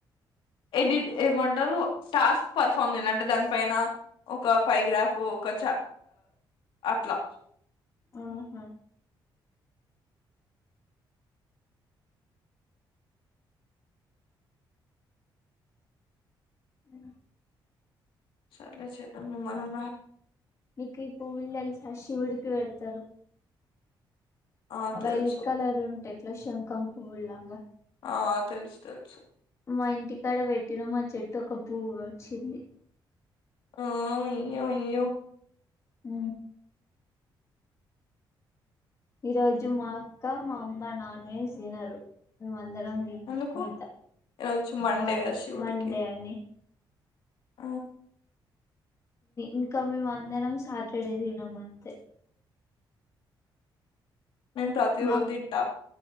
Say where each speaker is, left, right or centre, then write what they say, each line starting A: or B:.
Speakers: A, on the left; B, on the left.
A: ఎ ఏమంటారు టాస్క్ పర్ఫార్మ్ చేయడి అంటే దాని పైన ఒక పరిగ్రాఫ్ ఒక చ అట్లా
B: ఆహా అ
A: సర్లే చేద్దాం నిమ్మళంగా
B: ఎకు ఈ పూల శశివుడికి వెడుతారు
A: ఆ
B: వైలేట్
A: తెలుసు
B: కలర్ ఉంటే ఎట్లు శంఖం పువ్వు లాగా
A: ఆ తెలుసు తెలుసు
B: మా ఇంటికాడ పెట్టిన మా చెట్టు ఒక పువ వచ్చింది
A: ఆ ఇో ఇ్యో
B: ఊ ఈ రోజు మా అక్క మా అమ్మ నాన్ వెజ్ తినరు మమ అందరం
A: ఎందుకు
B: మిగత
A: ఈరోజు మండే
B: వాళ్ళు
A: కదా శివుడికి
B: మండే అని
A: ఆ
B: ఇంకా మేమందరం సాటర్డే తినం అంతే
A: నేను ప్రతిరోజ్
B: మా
A: తింట